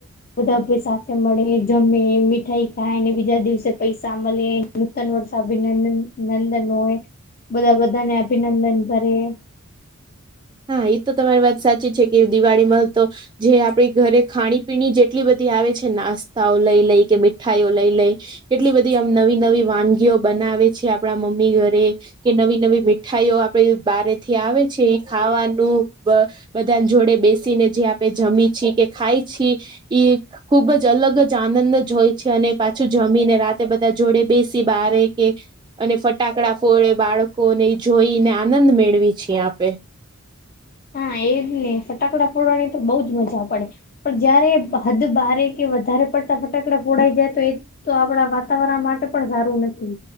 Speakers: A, on the left (about 40°); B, on the right (about 20°).
A: બધા ભ સાથે મળે જમે મીઠાઈ ખાયને બીજા દિવસે પૈસા મળે. નૂતન વર્ષ અભિનંદન નંદન હોય બધા બધાને અભિનંદન કરે.
B: હા એ તો તમારી વાત સાચી છે, કે દિવાળીમાં તો. જે આપડી ઘરે ખાણી-પીણી જેટલી બધી આવે છે, નાસ્તાઓ લઈ લઈ કે મીઠાઈઓ લઈ લઈએ. કેટલી બધી આમ નવી નવી વાનગીઓ બનાવે છે આપણા મમ્મી ઘરે. કે નવી નવી મીઠાઈઓ આપડે બારે થી આવે છે. ખાવાનું બધા જોડે બેસીને જે આપણે જમી છી કે ખાય છી. એક. ખુબ જ અલગ જ આનંદ જ હોય છે. અને પાછું જમીને રાતે બધા જોડે બેસી બારે કે અને ફટાકડા ફોડે, બાળકોને જોઈ ને આનંદ મેળવી છીએ આપે.
A: હા, એજ ને! ફટાકડા ફોડવાની તો બઉુ જ મજા પડે. પણ જયારે હદ બારે કે વધારે પડતા ફટાકડા ફોડાય જાય, તો એ તો આપણા વાતાવરણ માટે પણ સારું નથી